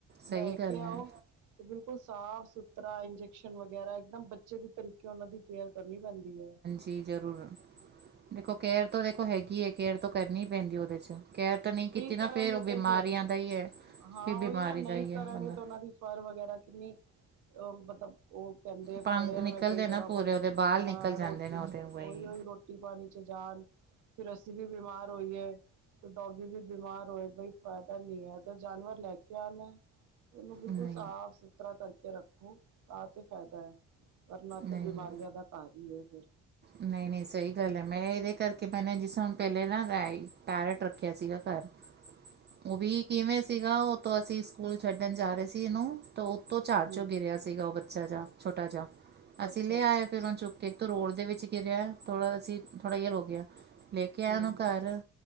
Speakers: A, on the right; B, on the right.
A: ਸਹੀ
B: ਲੈ
A: ਗੱਲ
B: ਕੇ ਆਓ
A: ਹੈ
B: ਤੇ ਬਿਲਕੁੱਲ ਸਾਫ ਸੁਥਰਾ ਇੰਜੈਕਸ਼ਨ ਵਗੈਰਾ ਇਕਦਮ ਬੱਚੇ ਦੀ ਤਰੀਕੇ ਨਾਲ ਉਹਨਾਂ ਦੀ ਕੇਅਰ ਕਰਨੀ ਪੈਂਦੀ ਹੈ।
A: ਜੀ ਜ਼ਰੂਰ, ਦੇਖੋ ਕੇਅਰ ਤੋਂ ਦੇਖੋ ਹੈਗੀ ਹੈ ਕੇਅਰ ਤੋਂ ਕਰਨੀ ਪੈਂਦੀ ਉਹਦੇ ਚ, ਕੈਅਰ ਤਾਂ ਨਹੀਂ ਕੀਤੀ
B: ਕਰਾਂਗੇ
A: ਨਾ ਫਿਰ ਉਹ
B: ਤੇ
A: ਬਿਮਾਰੀਆਂ
B: ਫਿਰ
A: ਦਾ ਹੀ ਹੈ
B: ਹਾਂ
A: ਫਿਰ ਬਿਮਾਰੀ
B: ਉਹੀ ਨਾ ਨਹੀਂ
A: ਦਾ ਹੀ ਹੈ
B: ਕਰਾਂਗੇ
A: ਬੰਦਾ।
B: ਤਾਂ ਉਹਨਾਂ ਦੀ ਫਰ ਵਗੈਰਾ ਕਿੰਨੀ, ਉਹ ਮਤਲਬ ਉਹ ਕਹਿੰਦੇ
A: ਭੰਗ
B: ਪੜਿਆ
A: ਨਿਕਲਦੇ
B: ਮੈਂ ਕਈ ਜਗਾ
A: ਨਾ ਪੂਰੇ
B: ਪੜੀ,
A: ਉਹਦੇ ਬਾਲ
B: ਹਾਂ
A: ਨਿਕਲ ਜਾਂਦੇ
B: ਰੋਟੀ
A: ਨੇ ਉਹਦੇ
B: ਚ
A: ਵਹੀ
B: ਓਹੀ ਉਹੀ ਰੋਟੀ ਰੋਟੀ ਪਾਣੀ ਚ ਜਾਣ, ਫਿਰ ਅਸੀਂ ਵੀ ਬਿਮਾਰ ਹੋਈਏ ਤੇ ਡੋਗੀ ਵੀ ਬਿਮਾਰ ਹੋਏ ਬਈ ਫਾਇਦਾ ਨਹੀਂ ਹੈ, ਤੇ ਜਾਨਵਰ ਲੈ ਕੇ ਆਉਣਾ ਉਹਨੂੰ ਬਿਲਕੁੱਲ
A: ਨਹੀਂ
B: ਸਾਫ਼ ਸੁਥਰਾ ਕਰਕੇ ਰੱਖੋ ਤਾਂ ਤੇ ਫਾਇਦਾ ਹੈ। ਵਰਨਾ ਤੇ
A: ਨਹੀਂ
B: ਬਿਮਾਰੀਆਂ
A: ਨਹੀਂ
B: ਦਾ ਘਰ ਹੀ ਹੈ ਫਿਰ
A: ਨਹੀਂ ਨਹੀਂ ਸਹੀ ਗੱਲ ਹੈ, ਮੈਂ ਇਹਦੇ ਕਰਕੇ ਮੈਂ ਜਿਸ ਤਰਾਂ ਹੁਣ ਪਹਿਲੇ ਨਾ ਪੈਰਟ ਰੱਖਿਆ ਸੀਗਾ ਘਰ।
B: <unintelligible>
A: ਉਹ ਵੀ ਕਿਵੇਂ ਸੀਗਾ ਉਹ ਤਾਂ ਅਸੀਂ ਸਕੂਲ ਛੱਡਣ ਜਾ ਰਹੇ ਸੀ ਇਹਨੂੰ ਤਾਂ ਉਤੋਂ ਝਾੜ
B: ਹਮ
A: ਚੋਂ ਗਿਰਿਆ ਸੀਗਾ ਉਹ ਬੱਚਾ ਜਾ ਛੋਟਾ ਜਾ ਅਸੀਂ
B: ਅੱਛਾ
A: ਲੈ
B: ਅੱਛਾ
A: ਆਏ ਫਿਰ ਉਹਨੂੰ ਚੁੱਕ ਤੇ ਇੱਕ ਤਾਂ ਰੋਡ ਦੇ ਵਿੱਚ ਗਿਰਿਆ ਥੋੜਾ ਅਸੀਂ ਥੋੜ੍ਹਾ ਚਿਰ ਹੋ ਗਿਆ ਲੈ ਕੇ ਆਇਆ
B: ਹਮ
A: ਉਹਨੂੰ
B: ਹਮ
A: ਘਰ